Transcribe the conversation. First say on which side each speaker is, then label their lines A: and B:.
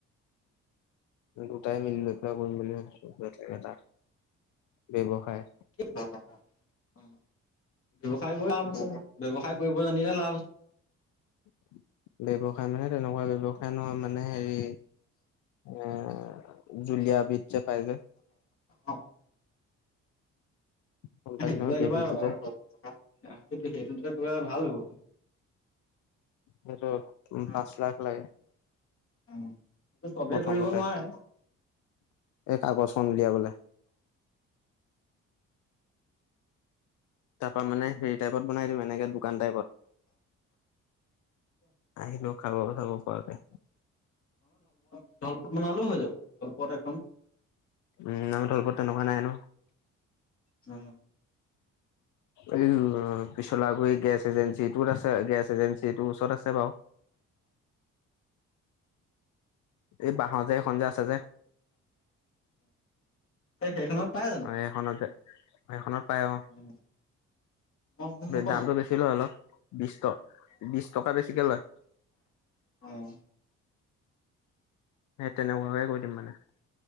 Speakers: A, on the left (about 70°); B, on the left (about 45°).
A: দুটাই মিলি লৈ দুটাই কৰিম বুলি ভাবিছোঁ বেলেগ এটা ব্যৱসায়।
B: ব্যৱসায় বোৰ লাভ আছে ব্যৱসায় কৰিব জানিলে লাভ আছে।
A: <inaudible> ব্যৱসায় মানে তেনেকুৱা ব্যৱসায় নহয় মানে হেৰি, এ <inaudible> জুলীয়া বিধ যে পাই যে।
B: অ
A: গম পালি
B: সেইটোতো
A: নহয়
B: একেবাৰে,
A: গ্ৰেভিটো যে
B: সেইটো সেইটোতো একেবাৰ ভাল হ'ব।
A: সেইটো
B: অ,
A: পাঁচ লাখ লাগে
B: অ টো চবে
A: প্ৰথমতে।
B: কৰিব নোৱাৰে
A: এই কাগজখন উলিয়াবলে। তাপা মানে হেৰি টাইপত বনাই দিম এনেকে দোকান টাইপত আহিলো খাব চাব পৰাকে।
B: ধল পত বনালো হৈ যাব। এখন
A: উম নাই তলপত তেনেকোৱা নাই ন।
B: উম
A: এ ইল অ পিছল গৰি গেছ এজেঞ্চিটোত আছে গেছ এজেঞ্চিটোৰ ওচৰত আছে বাউ এই বা মাজে সন্ধিয়া আছে যে
B: এ সেইখনত পাই জানো
A: সেইখনত যে সেইখনত পাই অ
B: মই গম নাপাওঁ
A: দামটো বেছি লয় অলপ। বিশ ট বিশ টকা বেছিকে লয়
B: অহ
A: হেট তেনেকুৱাকে কৰি দিম মানে